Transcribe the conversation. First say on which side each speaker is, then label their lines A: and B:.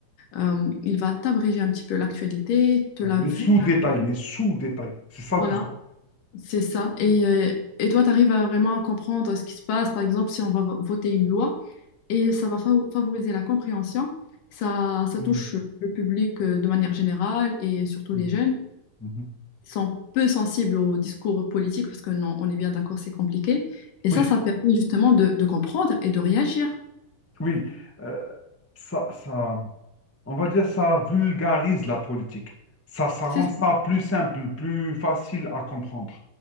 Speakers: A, on the left; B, on the left.
A: euh, il va t'abréger un petit peu l'actualité, te
B: Ouais.
A: la
B: Les
A: vulgariser.
B: sous-détails, les sous-détails. C'est ça
A: Voilà,
B: le plus.
A: c'est ça. Et, euh, et toi, tu arrives à vraiment comprendre ce qui se passe. Par exemple, si on va vo- voter une loi, et ça va fav- favoriser la compréhension. Ça, ça
B: Hmm,
A: touche le public euh, de manière générale et surtout
B: hmm,
A: les jeunes.
B: mhm. mhm.
A: Ils sont peu sensibles au discours politique parce que non, on est bien d'accord, c'est compliqué. Et
B: Oui,
A: ça, ça permet justement de, de comprendre et de réagir.
B: oui. Euh, ça, ça, on va dire ça vulgarise la politique. Ça, ça rend
A: C'est ça.
B: ça plus simple, plus facile à comprendre.